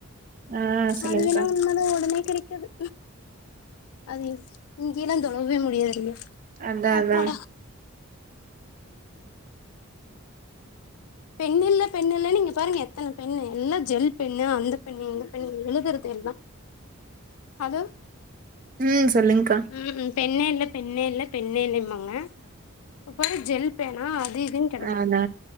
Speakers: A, on the right; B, on the left.
A: ஆ சொல்லுங்க்கா
B: அதுவேணா உண்மதா ஒடனே கெடைக்காது அது இங்கெல்லா தொழங்வே முடியாதுங்க
A: அதான்
B: அப்பாடா
A: அதா
B: பென்னில்ல பென்னில்லன்னு இங்க பாருங்க எத்தன பென்னு எல்லா ஜெல் பென்னு அந்த பென்னு இந்த பென்னு எழுதுறதெல்லா அது
A: ம் சொல்லுங்கக்கா
B: ம் ம் பென்னே இல்ல பென்னே இல்ல பென்னே இல்லைம்பாங்க இப்ப பாத் ஜெல் பேனா அது இதுன்
A: ஆனா